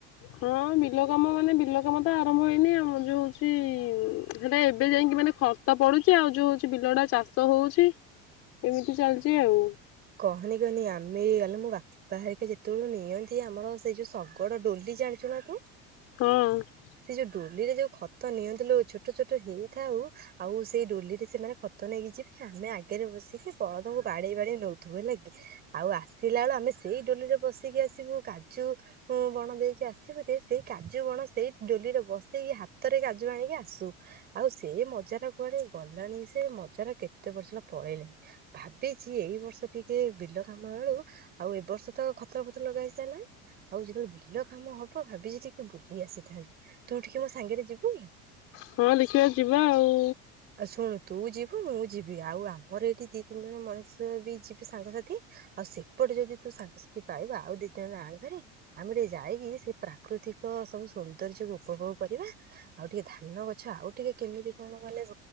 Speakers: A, on the left; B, on the right.
A: ହଁ ବିଲ କାମ ମାନେ ବିଲ କାମ ତ ଆରମ୍ଭ ହେଇନି ଆମର ଯୋଉ ହଉଛି ହେରା ଏବେ ଯାଇକି ମାନେ ଖର୍ତ ପଡୁଚି ଆଉ ଯଉ ହଉଚି ବିଲଟା ଚାଷ ହଉଚି ଏମିତି ଚାଲିଚି ଆଉ।
B: କହନି କହନି ଆମେ ଆଲୋ ମୋ ବା ପା ହାରିକା ଯେତେବେଳୁ ନିଅନ୍ତି ଆମର ସେଇ ଯୋଉ ଶଗଡ ଡୋଲି ଜାଣିଚୁ ନା ତୁ?
A: ହଁ।
B: ସେ ଯୋଉ ଡୋଲି ରେ ଯୋଉ ଖତ ନିଅନ୍ତିଲୋ ଛୋଟ ଛୋଟ ହେଇଥାଉ ଆଉ ସେଇ ଡୋଲି ରେ ସେମାନେ ଖତ ନେଇକି ଯିବେ ଆମେ ଆଗରେ ବସିକି ବଳଦଙ୍କୁ ବାଡେଇ ବାଡେଇ ନଉ। ଧୁହେଲାକି ଆଉ ଆସିଲା ବେଳୁ ଆମେ ସେଇ ଡୋଲିରେ ବସିକି ଆସିବୁ କାଜୁ ଉ ବଣ ଦେଇକି ଆସିବୁ ଯେ ସେଇ କାଜୁ ବଣ ସେଇ ଡୋଲିରେ ବସିକି ହାତରେ କାଜୁ ଆଣିକି ଆସୁ। ଆଉ ସେ ମଜା ଟା କୁଆଡେ ଗଲାଣି ସେ ମଜା ଟ କେତେ ବର୍ଷ ହେଲା ପଳେଇଲାଣି। ଭାବିଚି ଏଇ ବର୍ଷ ଟିକେ ବିଲ କାମ ବେଳୁ ଆଉ ଏ ବର୍ଷ ତ ଖତ ଫତ ଲଗା ହେଇସାରିଲାଣି। ଆଉ ଯେତେବେଳେ ବିଲ କାମ ହବ ଭାବିଚି ଟିକେ ବୁଲି ଆସିଥାନ୍ତି, ତୁ ଟିକେ ମୋ ସାଙ୍ଗରେ ଯିବୁ କି?
A: ହଁ ଦେଖିଆ ଯିବା ଆଉ।
B: ଆଉ ଶୁଣୁ ତୁ ଯିବୁ ମୁଁ ଯିବି ଆଉ ଆମର ଏଇଠି ଦି ତିନି ଜଣ ମଣିଷ ବି ଯିବି ସାଙ୍ଗସାଥି। ଆଉ ସେପଟେ ଯଦି ତୁ ସାଙ୍ଗସାଥି ପାଇବୁ ଆଉ ଦି ଜଣ ଆଣିବୁ ହାରି। ଆମେ ଟିକେ ଯାଇକି ସେ ପ୍ରାକୃତିକ ସବୁ ସୌନ୍ଦର୍ଯ୍ୟକୁ ଉପଭୋଗ କରିବା ଆଉ ଟିକେ ଧାନ ଗଛ ଆଉ ଟିକେ କେମିତି କଣ ଗଲେ